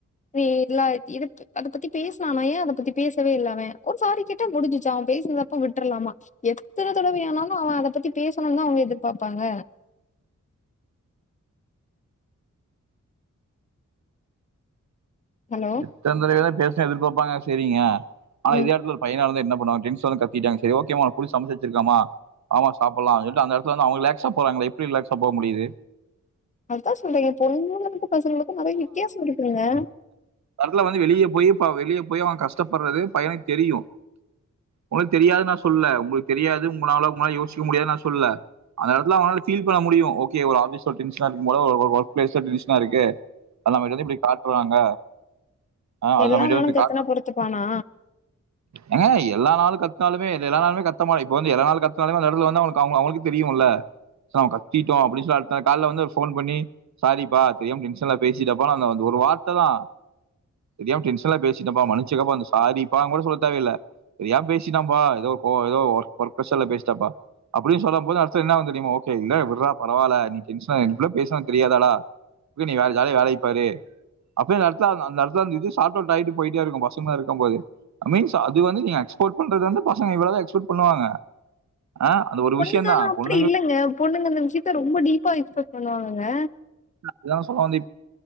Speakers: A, on the left (about 25°); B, on the right (about 65°).
A: நீ இல்லா இத அத பத்தி பேசலாமே ஏன் அத பத்தி பேசவே இல்ல அவன் ஒரு சாரி கேட்டா முடிஞ்சிச்சு அவன் பே ந்தப்ப விட்ரலாமா எத்தன தடவையானாலும் அவன் அத பத்தி பேசணுன்னுதா அவங்க எதிர்பாப்பாங்க ஹலோ
B: எத்தன தடவையா பேச எதிர்பாப்பாங்க செரிங்க ஆனா
A: ம்
B: இதே இடத்துல ஒரு பையனாருந்தா என்ன நா அப்டின்னு சொன்னே கத்திடாங்க செரி ஓகேமா உனக்கு புடிச்ச சமச்சி வெச்சிருக்கமா வாமா சாப்பல்லா சொல்ட்டு அந்த இடத்துலந்து அவங்க ரிலாக்ஸா போறங்களே எப்படி ரிலாக்ஸா போக முடியுது
A: அத்தான் சொல்றே ஏன் பொண்ணங்களுக்கு பசங்களுக்கு நெறையா வித்தியாசோ இருக்குங்க
B: கடசில வந்து வெளிய போய் ப வெளிய போய் அவன் கஷ்டப்படறது பயனுக்கு தெரியு உங்களுக்கு தெரியாதுனு நா சொல்ல உங்களுக்கு தெரியாது உங்கனாலவுமாறி யோசிக்கவு முடியாது நா சொல்ல அந்த இடத்துல அவங்கனால ஃபீல் பண்ணமுடியும் ஓகே ஒரு ஆபீஸ்ல டென்ஷனா இருக்கு போல ஒரு ஒர்க் பிளேஸ்ல டிராடிஷன்னா இருக்கு தல் நம்ம கிட்டருந்து இப்டி காற்றாங்க ஆ அது
A: எல்லா
B: நமக்கிட்டையே
A: நானு
B: கொண்டுபோய்
A: கத்துனா
B: காட்டுவா
A: பொறுத்துப்பானா
B: ஏங்க எல்லா நாளு கத் இருந்தாலுமே எல்லா நாளுமே கத்தமா இப்ப வந்து எதனால கத்தனாலுமே அந்த இடத்துல வந்து அவங்க அவங்க அவங்களுக்கு தெரியுல்ல ச கத்திட்டோ அப்டி சாட்ட கால வந்து ஒரு போன் பண்ணி சாரிபா தெரியாம டென்ஷன்ல பேசிட்டப்ப அந்த வ ஒரு ஒரு வார்த்த தா தெரியாம டென்ஷன்ல பேசிடபா மனிச்சிகப்பா ந்த சாரிப்பா கூட சொல்ல தேவைல்லா தெரியாம பேசிட்டாப்பா ஏதோ கோ ஏதோ ஒர்க் பற்பசல பேசிட்டாப்பா அப்படினு சொல்லுபோது அடுத்தது என்னாவு தெரியுமா ஓகே இல்ல விட்றா பரவால நீ டென்ஷனா இப்பல்லா பேசுனா தெரியாதாடா ம்பி நீ வேற ஜாலியா வேலைய பாரு அப்டின்ற அர்த்த ந்த அந்த இடத்துல அந்த இது சார்ட் அவுட் ஆயிட்டு போயிட்டே இருக்குபா சும்மா இருக்குபோது அமீன்ஸ் அது வந்து நீங்க எக்ஸ்போர்ட் பண்றது வந்து பசங்கல்லா எக்ஸ்பட் பண்ணுவாங்க ஆ, அது ஒரு
A: பொண்ணுங்காலா
B: விஷயம் தான்
A: அப்படி
B: பொண்ணுங்களுக்கு
A: இல்லங்க பொண்ணுங்க இந்த விஷயத்த ரொம்ப டீப்பா எக்ஸ்பெக்ட் பண்ணுவாங்கங்க
B: அதுதா சொல்லவந்த